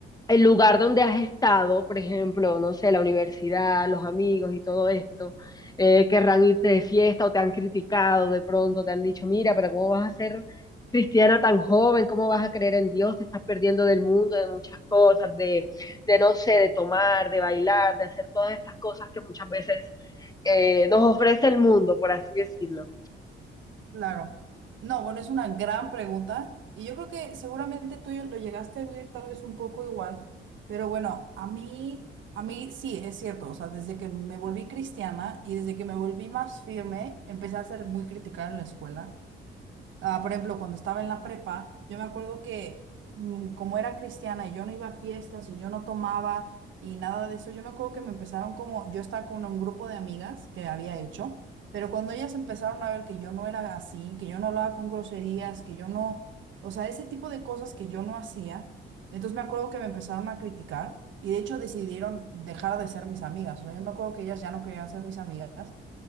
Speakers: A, on the left; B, on the right.
A: el lugar donde has estado, por ejemplo, no sé, la universidad, los amigos y todo esto, eh, querrán irte de fiesta o te han criticado de pronto, te han dicho, mira, pero ¿cómo vas a ser cristiana tan joven? ¿Cómo vas a creer en Dios? Te estás perdiendo del mundo, de muchas cosas, de, de no sé, de tomar, de bailar, de hacer todas estas cosas que muchas veces eh, nos ofrece el mundo, por así decirlo.
B: Claro. No, bueno, es una gran pregunta y yo creo que seguramente tú lo llegaste a vivir tal vez un poco igual, pero bueno, a mí, a mí sí, es cierto, o sea, desde que me volví cristiana y desde que me volví más firme, empecé a ser muy criticada en la escuela. Ah, por ejemplo, cuando estaba en la prepa, yo me acuerdo que mm, como era cristiana y yo no iba a fiestas y yo no tomaba y nada de eso, yo me acuerdo que me empezaron como, yo estaba con un grupo de amigas que había hecho, pero cuando ellas empezaron a ver que yo no era así, que yo no hablaba con groserías, que yo no, o sea, ese tipo de cosas que yo no hacía, entonces me acuerdo que me empezaron a criticar y de hecho decidieron dejar de ser mis amigas. O sea, yo me acuerdo que ellas ya no querían ser mis amigas